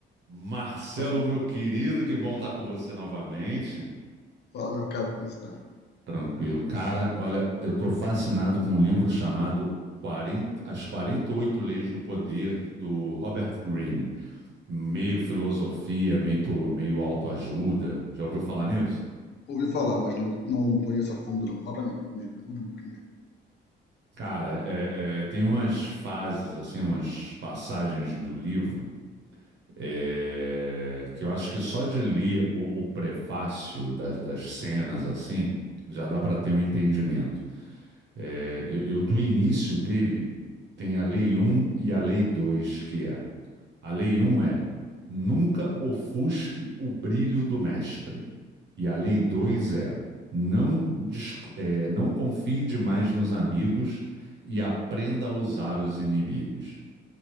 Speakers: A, on the right; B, on the left.
A: Marcelo,
B: Fala, meu
A: meu querido, que bom estar com você novamente.
B: fala, meu caro, como está?
A: Tranquilo. Cara, olha, eu estou fascinado com um livro chamado 40 As 48 Leis do Poder, do Robert Greene. Meio filosofia, meio, to- meio autoajuda. Já ouviu falar nisso?
B: Ouvi falar, mas não, não conheço a fundo, não. Fala pra mim, me, me conta um pouquinho dele.
A: Cara, é- é, tem umas fases, assim, umas passagens do livro é, que eu acho que só de ler o, o prefácio das, das cenas, assim, já dá para ter um entendimento. É, eu, eu, do início dele, tem a Lei um e a Lei 2 que é. A Lei um é nunca ofusque o brilho do mestre. E a Lei 2 é não, é, não confie demais nos amigos e aprenda a usar os inimigos.